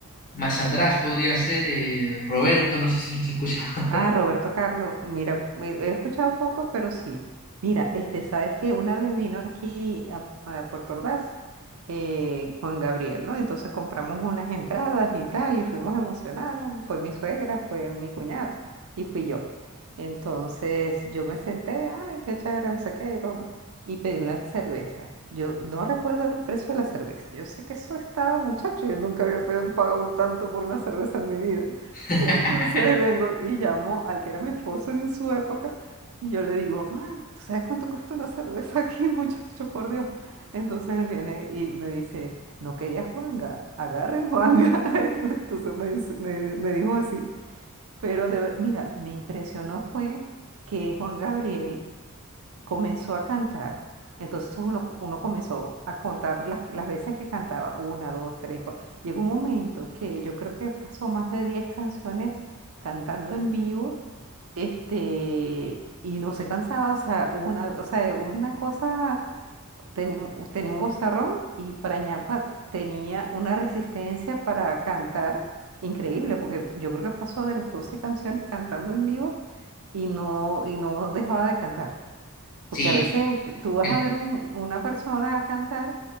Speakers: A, on the left; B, on the right.
A: más atrás podría ser eh, Roberto, no sé si los has escuchado.
B: Ah, Roberto Carlos, mira, me- he escuchado poco, pero sí. Mira, este, sabes que una vez vino aquí a, a Puerto Ordaz eh, Juan Gabriel, ¿no? Entonces compramos unas entradas y tal, y fuimos emocionadas. Fue mi suegra, fue mi cuñada y fui yo. Entonces yo me senté, ay, qué chévere, no sé qué, y broma, y pedí una cerveza. Yo no recuerdo el precio de la cerveza. Yo sé que eso estaba, muchacho, yo nunca había pedido- pagado un tanto por una cerveza en mi vida.
A: <laughs>
B: <laughs> Y entonces vengo y llamo al que era mi esposo en su época y yo le digo, "Ah, ¿tú sabes cuánto cuesta una cerveza aquí, <laughs> muchacho? Por Dios. Entonces él viene y me dice, no quería Juanga, agarren Juanga. <laughs> Entonces me, dice- me, me dijo así. Pero de ver- mira, me impresionó fue que Juan Gabriel comenzó a cantar. Entonces uno, co- uno comenzó a contar las, las veces que cantaba, una, dos, tres, cuatro. Llegó un momento que yo creo que pasó más de 10 canciones cantando en vivo, este, y no se cansaba, o sea, una, o sea, una cosa, tenía, un- tenía un vozarrón y para ñapa tenía una resistencia para cantar increíble, porque yo creo que pasó de las 12 canciones cantando en vivo y no, y no dejaba de cantar.
A: Sí,
B: Porque a veces tú vas
A: el-
B: a ver un- una persona cantar